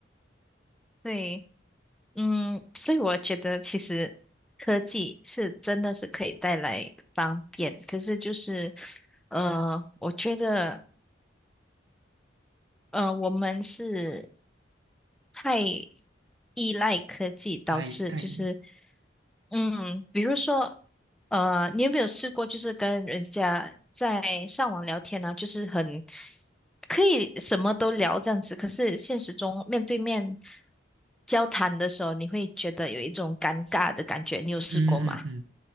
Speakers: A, in the centre; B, on the right.
A: <laughs> 对。嗯，所以我觉得其实科技是真的是可以带来方便，可是就是，呃，我觉得，呃，我们是太依赖科技，导致就是，
B: 太太。
A: 嗯，比如说，呃，你有没有试过，就是跟人家在上网聊天呢、就是很可以什么都聊这样子，可是现实中面对面交谈的时候，你会觉得有一种尴尬的感觉，你有试过吗？
B: 嗯嗯嗯，